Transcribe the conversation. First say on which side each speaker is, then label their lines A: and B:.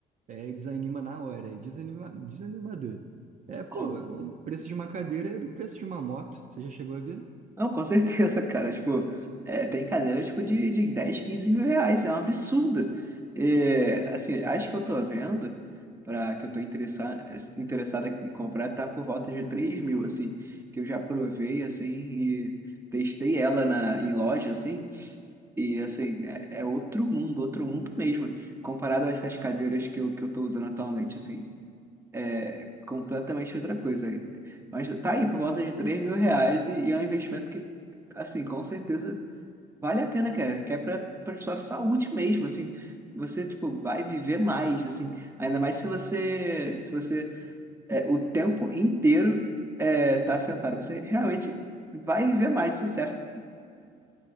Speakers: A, on the right; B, on the right.
A: é, desanima na hora, é desanima, desanimador. É, pô,
B: Como?
A: o preço de uma cadeira é do preço de uma moto. Você já chegou a ver?
B: Não, com certeza, cara. Tipo, é, tem cadeira tipo, de, de 10 15 mil reais. É um absurdo. É, assim, acho que eu tô vendo, para que eu tô interessado, interessado em comprar, tá por volta de 3 mil, assim. Que eu já provei, assim, e testei ela na, em loja, assim. E, assim, é, é outro mundo, outro mundo mesmo. Comparado a essas cadeiras que eu, que eu tô usando atualmente, assim. É completamente outra coisa. Mas tá aí, por volta de 3 mil reais e, e é um investimento que, assim, com certeza vale a pena, cara. Que é pra, pra sua saúde mesmo, assim. Você, tipo, vai viver mais, assim. Ainda mais se você, se você é, o tempo inteiro é, tá sentado. Você realmente vai viver mais, isso é certo.